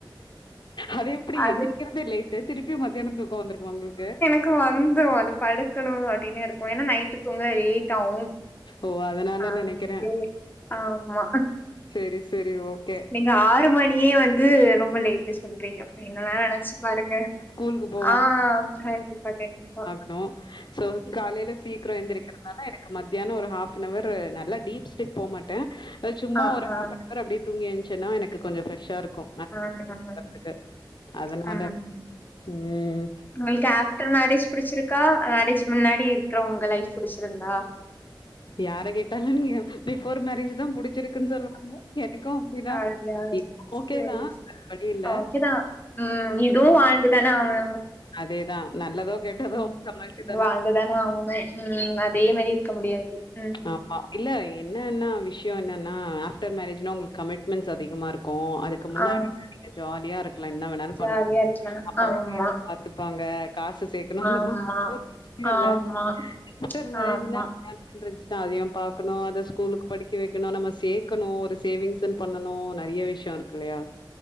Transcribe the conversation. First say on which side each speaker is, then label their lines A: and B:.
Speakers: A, on the left; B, on the left.
A: அதேப்டி
B: அது
A: எந்திரிக்கிரதே லேட்டு திருப்பி மத்தியானோ தூக் க்கோ வந்துருமா உங்களுக்கு
B: க்கு வந்துரு அது படுக்கணு அப்டின்னேருக்கத ஏன்னா நைட்டு தூங்க லேட் ஆவு
A: ஓ அதனால
B: அது
A: நெனைக்கிறே
B: டே ஆமா
A: சேரி சேரி ஓகே
B: நிங் ந்த ஆறு மணியே வந்து ரொம்ப லேட்டு சொல்றீங்கப்ப என்னல்லா நெனச்சு பாருங்க
A: கூல்க்கு போ
B: ஆ கண்டிப்பா கண்டிப்பா
A: க்னூ சோ காலைல சீக்ரோ எந்திரிக்கறதுனால எனக் க்கு மத்யானோ ஒரு ஹாஃப்நவரு நல்ல டீப் ஸ்லீப் போமாட்டே சும்மா
B: ஆ
A: ஒரு
B: ஆ
A: ஹாஃப்பந் அவர் அப்டி தூங்கிஎந்சேனா எனக்கு கொஞ்சோ ஃப்ரெஷ்ஷா இருக்கூ
B: <unintelligible>
A: க்கு அதனால
B: ம்
A: ம்
B: உங்களுக்கு ஆஃப்டர் மேரேஜ் புடிச்சிருக்கா அ மேரேஜ் முன்னாடி இருக்கிற உங்க லைஃப் புடிச்சிருந்தா
A: யார கேட்டாலு நீங்க பிஃபோர் மேரேஜ் தா புடிச் சிருக்குன் சொல்வாங்க எனக்கூ அப்டிதா
B: அப்டியா
A: ஓகே
B: சரி
A: தா வேற வழியில்ல
B: ஓகேதா ம் இதுவு வாழ்ந்துதான ஆவனு
A: அதேதான். நல்லதோ, கெட்டதோ
B: ம்
A: சமாளிச்சு
B: ம் வாழ்ந்து தான ஆவணு ம் அதே மாரி இருக்க முடியாது ம்
A: ஆம்மா இல்ல என்னன்னா விஷ்யோ என்னன்னா ஆஃப்டர் மேரேஜ்னா உங்களுக்கு கமிட்மெண்ட்ஸ் அதிகமாருக்கூ அதுக் க்கு முன்னாடினா
B: ஆ
A: நீங்க ஜாலியாருக்லா என்ன வேணாலு
B: ஜாலியா
A: பண்லா
B: இருக்கலா
A: அப்பா
B: ஆமா
A: <inaudible> பாத்துப்பாங்க காசு சேக்கணு அந்த
B: ஆமா ஆமா
A: <inaudible> ஆஃப்டர் மேரேஜ்னா
B: ஆமா
A: <unintelligible> த்தா அதயு பாக்கணு அத ஸ்கூலுக்கு படிக்க வைக்கணு நம்ம சேக்கணு ஒரு சேவிங்ஸ்ன் பண்ணணு நெறைய விஷ்ய ஷயருக்குல்லையா